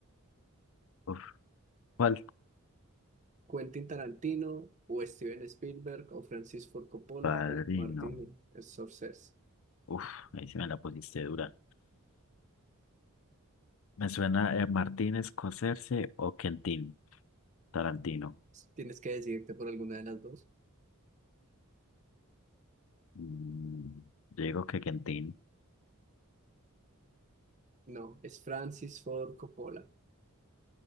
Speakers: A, on the left; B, on the right.
A: Uf, ¿cuál?
B: Quentin Tarantino o Steven Spielberg o Francis Ford Coppola
A: Padrino.
B: o Martin Scorsese.
A: Uf, ahí se me la pusiste dura. Me suena eh, Martín Scorsese o Quentin Tarantino.
B: Tienes que decidirte por alguna de las dos.
A: Mm, yo digo que Quentin.
B: No, es Francis Ford Coppola.